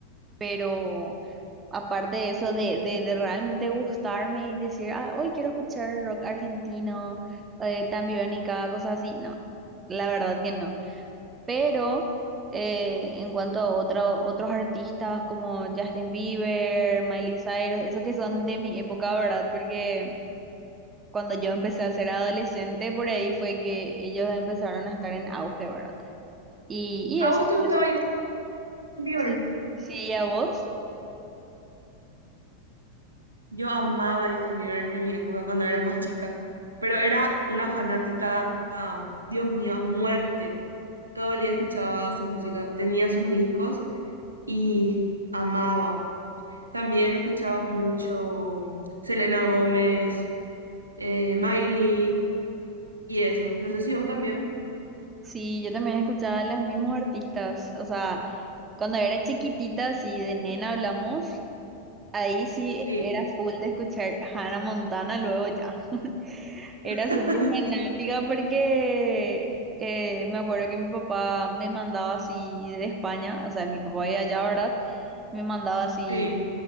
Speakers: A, on the right (about 20°); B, on the right (about 85°).
A: pero aparte de eso, de, de, de realmente gustarme y decir, ah, hoy quiero escuchar rock argentino, eh, Tambiónica, cosas así, no. La verdad que no. Pero eh, en cuanto a otro- otros artistas como Justin Bieber, Miley Cyrus, esos que son de mi época, ¿verdad? Porque cuando yo empecé a ser adolescente, por ahí fue que ellos empezaron a estar en auge, ¿verdad? Y, y
B: ¿A
A: eso
B: vos
A: sí,
B: te gustaba
A: es-
B: Justin Bieber?
A: sí, sí, a vos.
B: Yo amaba a Justin Bieber en mi época cuando era más chica, pero era una fanática, ah, Dios mío, a muerte. Todo el día escuchaba sus músicas, tenía sus discos y amaba. También escuchaba mucho Selena Gómez, eh, Miley y eso. No sé si vos también.
A: Sí, yo también escuchaba a los mismos artistas. O sea, cuando era chiquitita, si de nena hablamos, ahí sí
B: Sí,
A: era full de escuchar Hannah Montana luego ya. <laughs> Era
B: <laughs>
A: súper fanática porque eh, me acuerdo que mi papá me mandaba así de España, o sea, mi papá iba allá, ¿verdad? Me mandaba así,
B: sí.